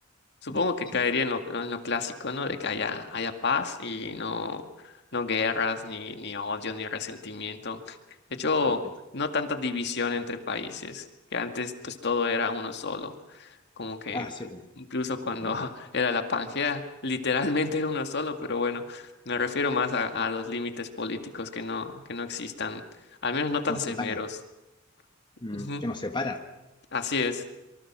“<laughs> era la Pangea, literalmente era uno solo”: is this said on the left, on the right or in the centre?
Left